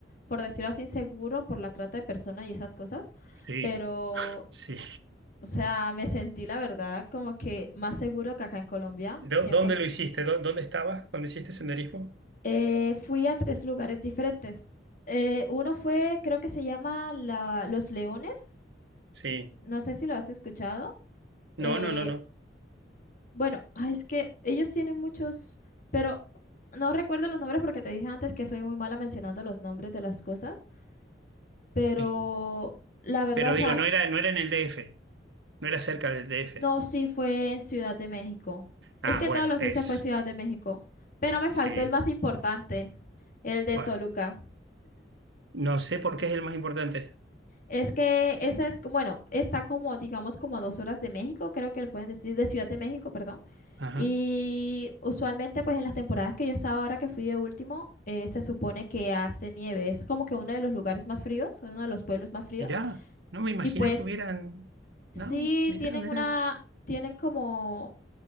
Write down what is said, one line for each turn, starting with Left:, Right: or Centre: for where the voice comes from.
Left: por decirlo así, inseguro por la trata de personas y esas cosas,
Right: Sí,
Left: pero,
Right: sí.
Left: o sea, me sentí la verdad como que más seguro que acá en Colombia,
Right: <laughs> ¿Dó-
Left: 100%.
Right: ¿Dónde lo hiciste? ¿Dó- ¿Dónde estabas cuando hiciste senderismo?
Left: eh, fui a tres lugares diferentes. Eh, uno fue, creo que se llama la- Los Leones.
Right: Sí.
Left: No sé si lo has escuchado. Eh,
Right: No, no, no, no.
Left: bueno, ay, es que ellos tienen muchos, pero no recuerdo los nombres porque te dije antes que soy muy mala mencionando los nombres de las cosas. Pero
Right: Sí.
Left: la verdad,
Right: Pero
Left: o sea,
Right: digo, no era, no era en el D F no era cerca del D F
Left: no, sí fue en Ciudad de México. Es
Right: Ah,
Left: que
Right: bueno,
Left: todos los
Right: eso.
Left: hice fue Ciudad de México. Pero me faltó
Right: Sí.
Left: el más importante, el de
Right: ¿Cuál?
Left: Toluca.
Right: No sé por qué es el más importante.
Left: Es que esa es, bueno, está como, digamos, como a dos horas de México, creo que le pueden decir, de Ciudad de México, perdón.
Right: ajá
Left: Y usualmente, pues en las temporadas que yo estaba ahora que fui de último, eh, se supone que hace nieve. Es como que uno de los lugares más fríos, uno de los pueblos más fríos.
Right: Mirá, no me imaginé
Left: Y pues
Right: que hubieran.
Left: sí
Right: No, mirá,
Left: tienen
Right: mirá.
Left: una, tienen como,